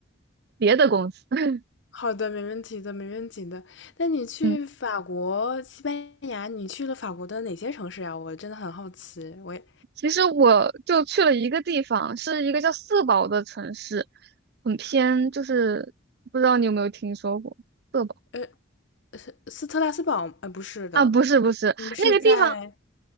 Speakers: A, on the right (about 50°); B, on the left (about 60°).
A: 别的公司。<laughs>
B: 好的，没问题的，没问题的。那你去法国、
A: 嗯。
B: 西班牙，你去了法国的哪些城市呀、我真的很好奇。我也，
A: 其实我就去了一个地方，是一个叫色堡的城市，很偏，就是不知道你有没有听说过色堡，
B: 呃，斯特拉斯堡，呃，不是的，
A: 啊？不是不是，
B: 你们是在
A: 那个地方，